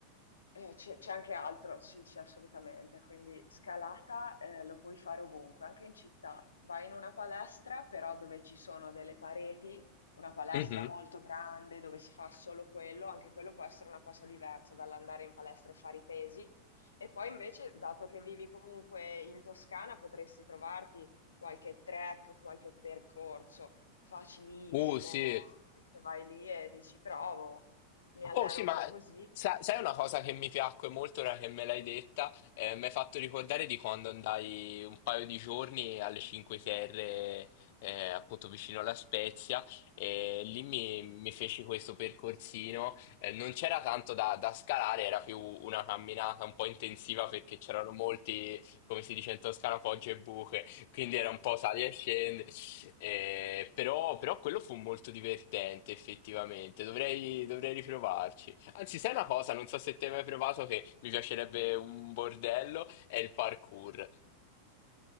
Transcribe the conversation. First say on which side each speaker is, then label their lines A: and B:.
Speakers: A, on the left; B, on the left.
A: eh, c'è c'è anche altro, sì, sì, assolutamente. Quindi scalata eh, lo puoi fare ovunque, anche in città. Vai in una palestra, però dove ci sono delle pareti, una palestra
B: Mhm.
A: molto grande dove si fa solo quello, anche quello può essere una cosa diversa dall'andare in palestra e fare i pesi. E poi invece, dato che vivi comunque in Toscana, potresti trovarti qualche track, qualche percorso facilissimo,
B: Uh, sì.
A: che vai lì e dici, provo, mi alleno
B: Oh sì,
A: un
B: ma
A: po' così.
B: sa- sai una cosa che mi piacque molto ora che me l'hai detta? Eh, mi hai fatto ricordare di quando andai un paio di giorni alle Cinque Terre, eh, appunto vicino alla Spezia, e lì mi, mi feci questo percorsino. Eh, non c'era tanto da, da scalare, era più una camminata un po' intensiva perché c'erano molti, come si dice in Toscana, poggi e buche, quindi era un po' sali e scendi. Eh, però, però quello fu molto divertente effettivamente, dovrei, dovrei riprovarci. Anzi, sai una cosa, non so se te hai mai provato che mi piacerebbe un bordello, è il parkour.